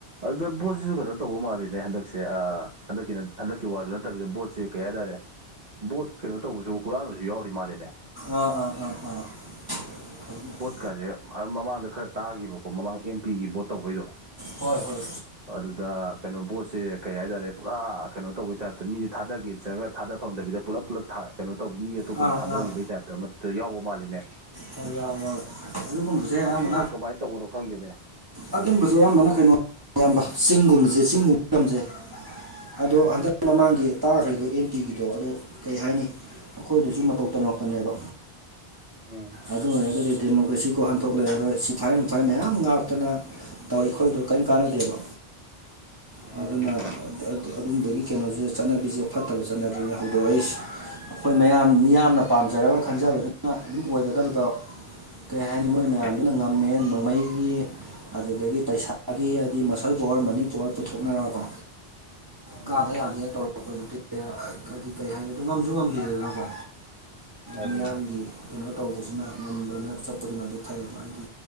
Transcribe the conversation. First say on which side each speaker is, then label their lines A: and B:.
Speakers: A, on the right; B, on the right.
A: ꯑꯗꯨꯗ ꯕꯣꯠꯁꯤꯁꯨ ꯀꯩꯅꯣ ꯇꯧꯕ ꯃꯥꯜꯂꯤꯅꯦ ꯍꯟꯗꯛꯁꯦ ꯍꯟꯗꯛꯀꯤ ꯍꯟꯗꯛꯀꯤ ꯋꯥꯁꯨ ꯅꯠꯇꯕꯤꯗ ꯕꯣꯠꯁꯤꯦ ꯀꯩ ꯍꯥꯏꯇꯥꯔꯦ ꯕꯣꯠ ꯀꯩꯅꯣ ꯇꯧꯕꯁꯨ ꯍꯨꯔꯥꯟꯕꯁꯨ ꯌꯥꯎꯔꯤ ꯃꯥꯜꯂꯦꯅꯦ
B: ꯑ ꯑꯥ ꯑꯥ ꯑꯥ
A: ꯀꯥꯁꯦ ꯃꯃꯥꯡꯗ ꯈꯔ ꯇꯥꯈꯤꯕꯀꯣ ꯃꯃꯥꯡꯗ ꯑꯦꯝ ꯄꯤꯒꯤ ꯚꯣꯠ ꯇꯧꯕꯩꯗꯣ
B: ꯍꯣꯏ ꯍꯣꯏ꯫
A: ꯑꯗꯨꯗ ꯀꯩꯅꯣ ꯄꯕꯣꯠꯁꯦ ꯀꯩ ꯍꯥꯏꯇꯥꯔꯦ ꯄꯨꯔꯥ ꯀꯩꯅꯣ ꯇꯧꯕꯩ ꯇꯥꯏꯞꯇ ꯃꯤꯁꯨ ꯊꯥꯗꯒꯦ ꯆꯠꯂꯒ ꯊꯥꯗ ꯐꯪꯗꯕꯤꯗ꯫ ꯄꯨꯂꯞ ꯄꯨꯂꯞ ꯊꯥ ꯀꯩꯅꯣ ꯇꯧꯕ ꯃꯤ ꯑꯇꯣꯞꯄꯅ
B: ꯑꯥ ꯑꯥ
A: ꯊꯥꯗꯈꯤꯕꯒꯤ ꯇꯥꯏꯞꯇ ꯑꯃ ꯇ ꯌꯥꯎꯕ ꯃꯥꯜꯂꯤꯅꯦ꯫
B: ꯄꯪ ꯌꯥꯎ ꯌꯥꯎ ꯑꯗꯨꯒꯨꯝꯕꯁꯦ ꯑꯥ
A: ꯁꯤꯕꯨ ꯀꯃꯥꯏꯟ ꯇꯧꯕꯅꯣ ꯈꯪꯗꯦꯅꯦ꯫ ꯎꯝ
B: ꯑꯗꯨꯝꯕꯁꯦ ꯑꯌꯥꯝꯕꯅ ꯀꯩꯅꯣ ꯏꯌꯥꯝꯕ ꯆꯤꯡꯒꯨꯝꯕꯁꯦ ꯆꯤꯡꯒꯨꯝꯕ ꯂꯝꯁꯦ꯫ ꯑꯗꯣ
A: ꯑ
B: ꯍꯟꯗꯛ ꯃꯃꯥꯡꯒꯤ ꯇꯥꯈ꯭ꯔꯤꯗꯣ ꯑꯦꯝ ꯄꯤꯒꯤꯗꯣ ꯑꯗꯨ ꯀꯩ ꯍꯥꯏꯅꯤ꯫ ꯑꯈꯣꯏꯗꯁꯨ ꯃꯇꯧ ꯇꯝꯃꯛꯄꯅꯦꯕ꯫
A: ꯎꯝ꯫
B: ꯑꯗꯨ ꯑꯣꯏꯔꯒꯗꯤ ꯗꯦꯃꯣꯀ꯭ꯔꯦꯁꯤ ꯋꯥꯍꯟꯊꯣꯛ ꯂꯩꯔꯔꯣꯏ ꯁꯤꯐꯥꯏ ꯅꯨꯡꯐꯥꯏ ꯃꯌꯥꯝ ꯉꯥꯛ ꯅ ꯇꯧꯔꯤ ꯈꯣꯠꯇꯤꯗꯣ ꯀꯔꯤꯝ ꯀꯥꯟꯅꯗꯦꯕ
A: ꯃꯥꯅꯦ
B: ꯑꯗꯨꯅ꯫
A: ꯃꯥꯅꯦ
B: ꯑꯗꯨꯝꯗꯒꯤ ꯀꯩꯅꯣꯁꯦ ꯆꯠꯅꯕꯤꯁꯦ ꯐꯠꯇꯕ ꯆꯠꯅꯕꯤꯅꯦ ꯍꯧꯗꯣꯔꯛꯏꯁꯦ꯫ ꯑꯩꯈꯣꯏ ꯃꯌꯥꯝ ꯃꯤꯌꯥꯝꯅ ꯄꯥꯝꯖꯔꯒ ꯈꯟꯖꯕꯗꯨꯅ ꯑꯗꯨꯝ ꯑꯣꯏꯒꯗꯕꯗꯣ꯫ ꯀꯩ ꯍꯥꯏꯅꯤ ꯃꯣꯏ
A: ꯎꯝ
B: ꯃꯌꯥꯝꯗꯨꯅ ꯉꯝꯃꯦ ꯅꯣꯡꯃꯩꯒꯤ꯫ ꯑꯗꯨꯗꯒꯤ ꯄꯩꯁꯥꯒꯤ ꯍꯥꯏꯗꯤ ꯃꯁꯜ ꯄꯋꯥꯔ ꯃꯅꯤ ꯄꯋꯥꯔ ꯄꯨꯊꯣꯛꯅꯔꯒꯀꯣ꯫
A: ꯎꯝ
B: ꯀꯥꯗ ꯌꯥꯗꯦ ꯇꯧꯔ꯫ ꯄꯂꯤꯇꯤꯛꯁꯦ ꯑꯥ ꯀꯩ ꯍꯥꯏꯅꯤ ꯑꯗꯨ ꯉꯝꯁꯨ ꯉꯝꯈꯤꯗꯦꯗꯅꯀꯣ꯫
A: ꯑꯗꯨꯅꯦ
B: ꯃꯌꯥꯝꯒꯤ꯫ ꯀꯩꯅꯣ ꯇꯧꯕꯁꯤꯅ ꯉꯝꯕꯅ ꯆꯠꯄꯗꯨꯅ ꯑꯗꯨ ꯐꯩꯌꯦꯕ ꯍꯥꯏꯗꯤ